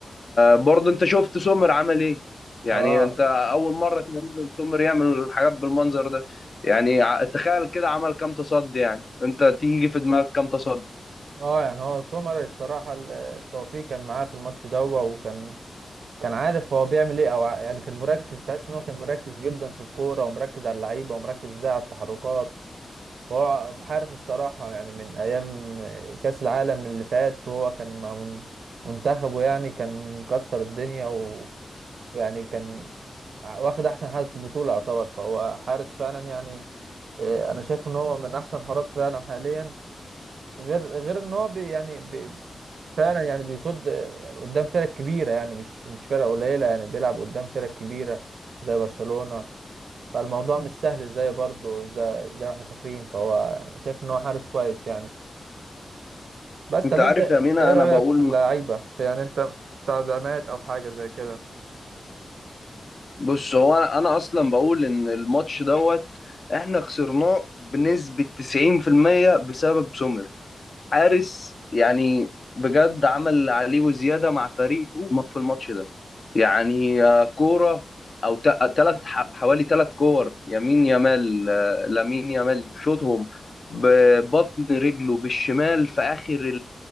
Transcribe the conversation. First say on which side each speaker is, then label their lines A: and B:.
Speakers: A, on the left; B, on the right.
A: برضه انت شفت سومر عمل ايه يعني
B: اه
A: انت اول مره تقريبا سومر يعمل الحاجات بالمنظر ده يعني ع- تخيل كده عمل كام تصدي يعني انت تيجي في دماغك كام تصدي
B: اه يعني هو سومر الصراحة ال- التوفيق كان معاه في الماتش ده وكان كان عارف هو بيعمل ايه او ع- يعني كان مركز تحس ان هو كان مركز جدا في الكورة ومركز على اللعيبة ومركز ازاي على التحركات هو حارس الصراحة يعني من أيام كأس العالم اللي فات وهو كان مع من- منتخبه يعني كان مكسر الدنيا و- ويعني كان واخد أحسن حارس في البطولة يعتبر فهو حارس فعلا يعني آه، أنا شايف إن هو من أحسن حراس في العالم حاليا غير غير إن هو بي يعني بي فعلا يعني بيصد آه، قدام فرق كبيرة يعني مش مش فرق قليلة يعني بيلعب قدام فرق كبيرة زي برشلونة فالموضوع مش سهل زي برضه زي, زي ما احنا فاكرين فهو شايف ان هو حارس كويس يعني بس
A: انت
B: طب انت
A: عارف يا مينا
B: ايه رأيك
A: انا بقول
B: في اللعيبة في يعني انت تعدامات او حاجة زي كده
A: بص هو انا انا اصلا بقول ان الماتش دوت احنا خسرناه بنسبه 90% بسبب سومر حارس يعني بجد عمل اللي عليه وزياده مع فريقه في الماتش ده يعني آه، كوره او ثلاث حوالي ثلاث كور يمين يمال آه، لامين يامال شوطهم ببطن رجله بالشمال في اخر